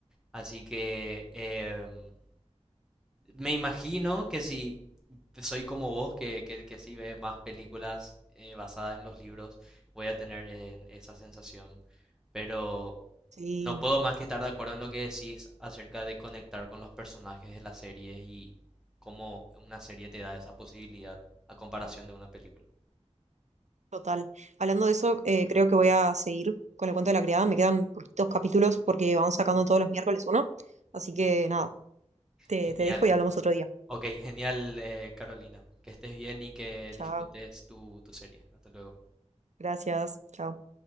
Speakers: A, in the centre; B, on the right (about 85°).
A: Así que em, me imagino que si soy como vos, que, que, que sí ve más películas eh, basadas en los libros, voy a tener eh, esa sensación. Pero,
B: Sí,
A: no puedo más que estar de acuerdo en lo que decís acerca de conectar con los personajes de la serie y cómo una serie te da esa posibilidad a comparación de una película.
B: total. Hablando de eso, eh, creo que voy a seguir con el cuento de la criada. Me quedan poquitos capítulos porque vamos sacando todos los miércoles uno. Así que nada, te,
A: Genial.
B: te dejo y hablamos otro día.
A: Ok, genial, eh, Carolina. Que estés bien y que
B: Chao,
A: disfrutes tu, tu serie. Hasta luego.
B: gracias, chao.